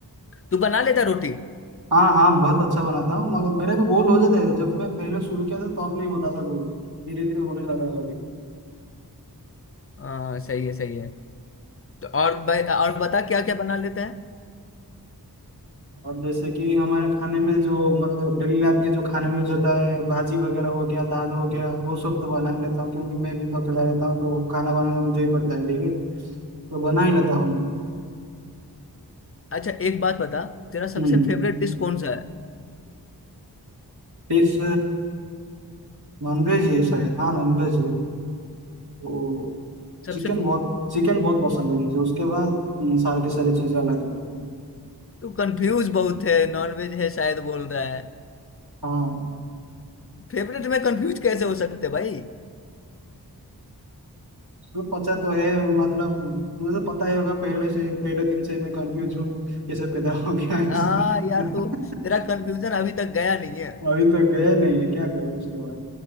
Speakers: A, on the left; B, on the right.
A: तू बना लेता रोटी
B: हाँ हाँ बहुत अच्छा बनाता हूँ मगर मेरे भी गोल हो जाते हैं जब मैं पहले शुरू किया था तो अब नहीं होता था गोल धीरे धीरे होने लगा है अभी।
A: हाँ सही है सही है तो और भाई और बता क्या क्या बना लेते हैं
B: और जैसे कि हमारे खाने में जो मतलब डेली लाइफ के जो खाने में यूज होता है भाजी वगैरह हो गया दाल हो गया वो सब तो बना ही लेता हूँ क्योंकि मैं भी तो अकेला रहता हूँ तो खाना बनाना मुझे ही पड़ता है ठीक है तो बना ही लेता हूँ मैं
A: अच्छा एक बात बता तेरा सबसे
B: हम्म
A: फेवरेट डिश कौन सा है
B: डिश नॉनवेज ही है शायद हाँ नॉनवेज है वो
A: सबसे
B: चिकन बहुत चिकन बहुत पसंद है मुझे उसके बाद हम्म, सारे के सारे चीज़ अलग है
A: तू कंफ्यूज बहुत है नॉनवेज है शायद बोल रहा है
B: हाँ
A: फेवरेट में कंफ्यूज कैसे हो सकते भाई
B: वो पता तो है मतलब मुझे तो पता ही होगा पहले से पहले दिन से मैं कंफ्यूज हूँ कैसे पैदा हो गया
A: हाँ
B: इस
A: यार
B: <laughs>
A: तू तेरा कंफ्यूजन अभी तक गया नहीं है।
B: अभी तो गए नहीं है क्या करूँ उसके बाद